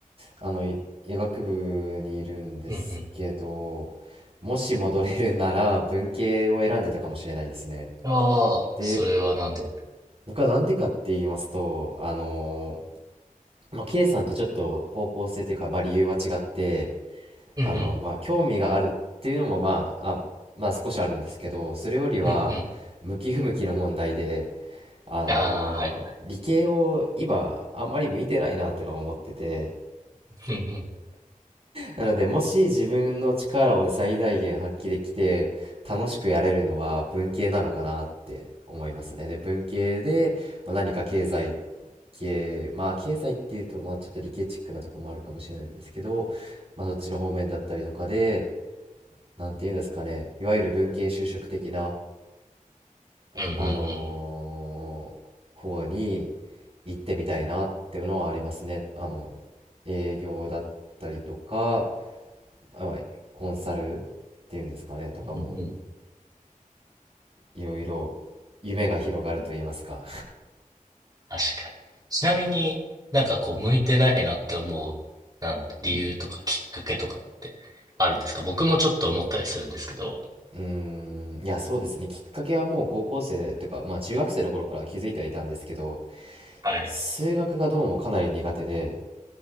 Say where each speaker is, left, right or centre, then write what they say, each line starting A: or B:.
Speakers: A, on the right; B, on the right.
A: あの、い医学部にいるんですけど、
B: うん
A: もし戻れるなら文系を選んでたかもしれないですね。
B: うん。ああ、
A: で、
B: それはなんで
A: 僕はなんでかって言いますと、あのーまあ、K さんとちょっと方向性というか、まあ、理由は違って、あの、
B: うんうん。
A: まあ、興味があるっていうのも、まあ、あ、まあ、少しあるんですけど、それよりは、
B: うんうん。
A: 向き不向きの問題で、あのー理系を今、
B: ああ、はいはい。
A: あんまり向いてないなってのを思ってて、
B: うんうん。
A: なので、もし自分の力を最大限発揮できて、楽しくやれるのは文系なのかなって思いますね。で、文系で、まあ、何か経済経まあ経済っていうとまあちょっと理系チックなとこもあるかもしれないんですけど、まあ、そっちの方面だったりとかでなんていうんですかねいわゆる文系就職的な
B: うんうん
A: あのー方に行ってみたいなっていうのはありますねあの営業だったりとか、まあコンサルっていうんですかねとかも
B: うんうん。うんうん。
A: いろいろ夢が広がると言いますか
B: 確かに。ちなみになんかこう、向いてないなって思う、なんで、理由とかきっかけとかってあるんですか僕もちょっと思ったりするんですけど。
A: うーん、いや、そうですね。きっかけはもう高校生とか、まあ中学生の頃から気づいてはいたんですけど、
B: はい。
A: 数学がどうもかなり苦手で